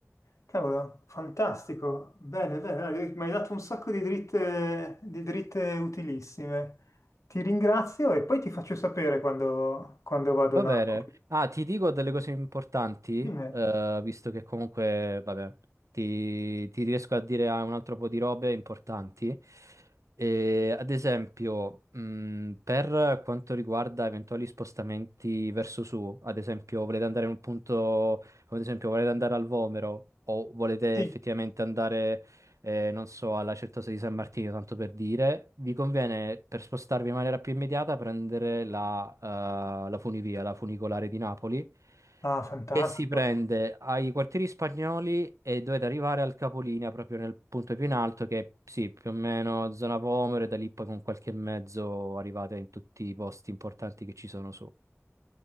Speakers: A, on the left; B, on the right.
A: Cavolo, fantastico. Bene, bene, dai, mi hai dato un sacco di dritte, di dritte utilissime. Ti ringrazio e poi ti faccio sapere quando, quando vado
B: Va
A: a Napoli.
B: bene. Ah, ti dico delle cose importanti,
A: Di me.
B: eh, visto che comunque, vabbè, ti, ti riesco a dire ah, un altro po' di robe importanti. Eh, ad esempio, mh, per quanto riguarda eventuali spostamenti verso su, ad esempio, volete andare in un punto, come ad esempio, volete andare al Vomero o volete
A: Sì.
B: effettivamente andare eh, non so, alla Certosa di San Martino, tanto per dire, vi conviene per spostarvi in maniera più immediata prendere la, eh, la funivia, la funicolare di Napoli,
A: Ah, fantastico.
B: che si prende ai quartieri spagnoli e dovete arrivare al capolinea, proprio nel punto più in alto, che è, sì, più o meno zona Vomero, e da lì poi con qualche mezzo arrivate in tutti i posti importanti che ci sono su.